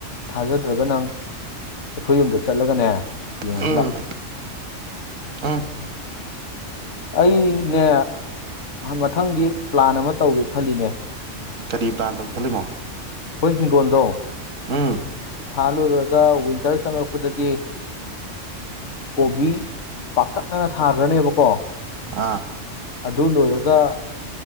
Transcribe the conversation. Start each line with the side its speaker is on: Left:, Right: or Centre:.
Left: ꯊꯥꯖꯗ꯭ꯔꯒ ꯅꯪ ꯑꯩꯈꯣꯏ ꯌꯨꯝꯗ ꯆꯠꯂꯒꯅꯦ꯫ ꯌꯦꯡꯎꯁꯤ
Right: ꯎꯝ
Left: ꯂꯥꯎ꯫
Right: ꯎꯝ
Left: ꯑꯩꯅꯦ ꯃꯊꯪꯗꯤ ꯄ꯭ꯂꯥꯟ ꯑꯃ ꯇꯧꯒꯦ ꯈꯜꯂꯤꯅꯦ꯫
Right: ꯀꯔꯤ ꯄ꯭ꯂꯥꯟ ꯇꯧꯒꯦ ꯈꯜꯂꯤꯃꯣ꯫
Left: ꯑꯩꯈꯣꯏ ꯍꯤꯡꯒꯣꯜꯗꯣ꯫
Right: ꯎꯝ
Left: ꯂꯣꯏꯈꯔꯒ ꯋꯤꯟꯇꯔ ꯆꯪꯉꯛꯄꯗꯗꯤ ꯀꯣꯕꯤ꯫ ꯄꯥꯛꯇꯛꯅꯅ ꯊꯥꯈ꯭ꯔꯅꯦꯕꯀꯣ꯫
Right: ꯑꯥ
Left: ꯑꯗꯨ ꯂꯣꯏꯔꯒ